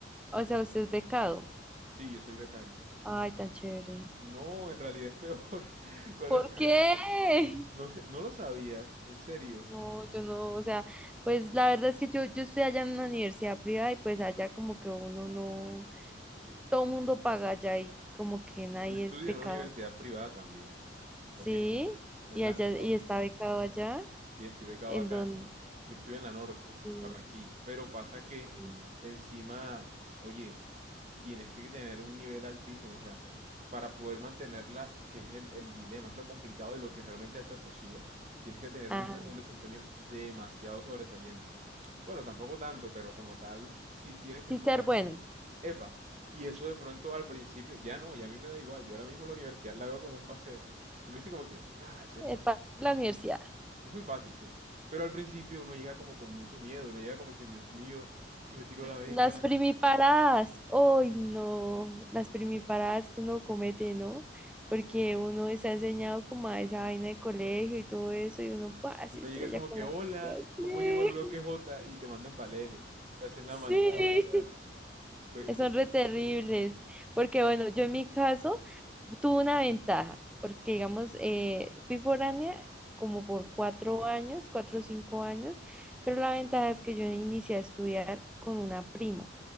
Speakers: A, in the centre; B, on the right.
A: O sea, usted es becado.
B: Sí, yo soy becario.
A: Ay, tan chévere.
B: No, en realidad es peor. <laughs> Cuando
A: ¿Por
B: estudié...
A: qué?
B: No sé, no lo sabías, en serio.
A: No, yo no, o sea, pues la verdad es que yo, yo estoy allá en una universidad privada y pues allá como que uno no, todo el mundo paga allá y como que nadie
B: Yo estudio
A: es becado.
B: en una universidad privada también. ¿Ok?
A: Sí,
B: En
A: y
B: la
A: allá,
B: mejor.
A: y está becado allá,
B: Y estoy becado
A: en
B: acá.
A: donde
B: Yo estoy en la norte,
A: sí,
B: en Barranquilla, pero pasa que
A: sí.
B: encima, oye, a- tienes que tener un nivel altísimo, o sea, para poder mantenerla, que es el, el dilema, es lo complicado y lo que realmente te atosiga, tienes que tener
A: Ah,
B: un, re- un desempeño demasiado sobresaliente. Bueno, tampoco tanto, pero como tal, sí tienes que
A: sí
B: esforzarte.
A: ser bueno,
B: Epa, y eso de pronto al principio, ya no, ya a mí me da igual, yo ahora mismo la universidad la veo como un paseo. Uno dice como que, nada, eso es fácil.
A: eh, para la universidad.
B: Es muy fácil, sí. Pero al principio uno llega como con mucho miedo, uno llega como que, Dios mío, si me tiro la beca,
A: Las primiparadas, hoy no, las primiparadas que uno comete, ¿no? Porque uno está enseñado como a esa vaina de colegio y todo eso, y uno pues,
B: y
A: se
B: uno
A: estrella
B: llega como
A: con
B: que,
A: la
B: hola,
A: sociedad.
B: ¿cómo llego al bloque J? Y te mandan palele, te hacen la
A: Sí,
B: maldad, o sea,
A: <laughs> sí.
B: fue, fue
A: Son
B: un
A: re
B: des-
A: terribles, porque bueno, yo en mi caso tuve una ventaja, porque digamos, eh, fui foránea como por cuatro años, cuatro o cinco años, pero la ventaja es que yo inicié a estudiar con una prima.